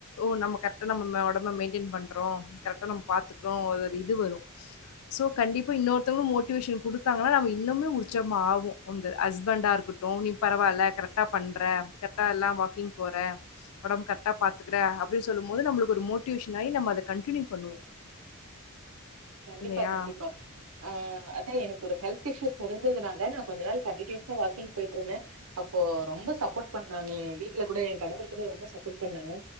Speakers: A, on the left; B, on the right.
A: ஓ நம்ம கரெக்டா நம்ம ஒடம்ப மெயின்டன் பண் றோ கரெக்டா நம் பாத்துக்குறோ ஒரு இது வரு‌ சோ கண்டிப்பா இன்னொருத்தங்களு மோட்டிவேஷன் குடுத்தாங்கனா நம்ம இன்னுமே உற்சாகமா ஆவோ அந்த ஹஸ்பண்டா இருக்கட்டு நீ பரவால்ல கரெக்டா பண்ற கரெக்டா எல்லா வாக்கிங் போற ஒடம்பு கரெக்டா பாத்துக்குற அப்டின் சொல்லும்மோது நம்ளுக் ஒரு மோட்டிவேஷன் ஆயி நம்ம அத கண்டின்யூ பண்ணுவோ
B: கண்டிப்பா
A: இல்லையா
B: கண்டிப்பா ஆ அ தா எனக்கு ஒரு ஹெல்த் இஷ்யூஸ் இருந்ததுனால நா கொஞ்ச நாள் கண்டினியூஸா வாக்கிங் போயிட்ருந்தே அப்போ ரொம்ப சப்போர்ட் பண்ணாங்க ஏ வீட்ல கூட எ கணவர் கூட ரொம்ப சப்போர்ட் பண்ணாங்க